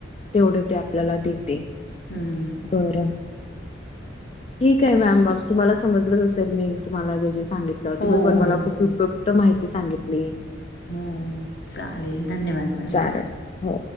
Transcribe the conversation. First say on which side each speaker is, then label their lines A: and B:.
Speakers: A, on the left; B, on the left.
A: तेवढं ते आपल्याला देते.
B: हम्म.
A: बरं. ठीक आहे मॅम मघ तुम्हाला समजलच असेल, मी तुम्हाला जे जे सांगितलं.
B: हो
A: तुम्ही
B: हो
A: पण मला खूप
B: हो
A: उपयुक्त माहिती सांगितली.
B: हो. चालेल. धन्यवाद मॅम.
A: चालेल हो.